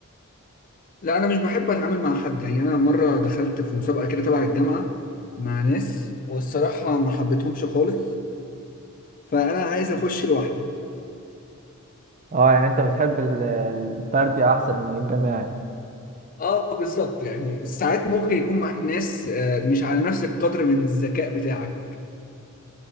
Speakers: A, on the left; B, on the right.
A: لا انا مش بحب اتعامل مع حد يعني انا مره دخلت في مسابقه كده تبع الجامعه مع ناس والصراحه ما حبيتهمش خالص فانا عايز اخش لوحدي
B: اه يعني انت بتحب ال- الفردي احسن من الجماعي
A: اه بالظبط يعني ساعات ممكن يكون معاك ناس آه، مش على نفس القدر من الذكاء بتاعك